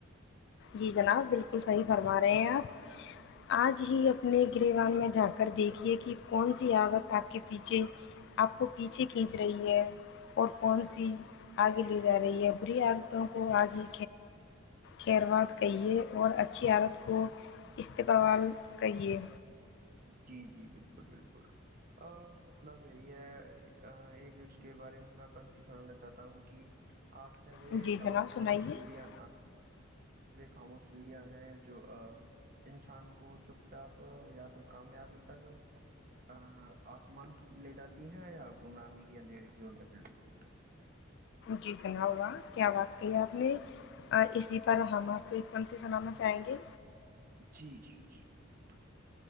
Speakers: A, on the left; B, on the right.
A: جی جناب بالکل صحیح فرما رہے ہیں آپ آج ہی اپنے گرہوان میں جا کر دیکھیے کہ کون سی عادت آپ کے پیچھے آپ کو پیچھے کھینچ رہی ہے اور کون سی آگے لے جا رہی ہے بری عادتوں کو آج ہی خر خیروات کہیے اور اچھی حالت کو استقبال کریے
B: جی جی بالکل بالکل مطلب یہی ہے ایک اس کے بارے میں میں پنکتی سنانا چاہتا ہوں کہ عادتیں بھی
A: جی جناب
B: خاموش
A: سنائیے
B: سیڈیا خاموش سیڑیاں ہیں جو انسان کو چپ چاپ یا تو کامیابی تک ا آسمان لے جاتی ہیں یا گمنامی کی اندھیرے کی اور تک ڈال لیتی ہیں
A: جی سنا واہ کیا بات کہی اپ نے اسی پر ہم اپ کو ایک سنانا چاہیں گے
B: جی جی جی بالکل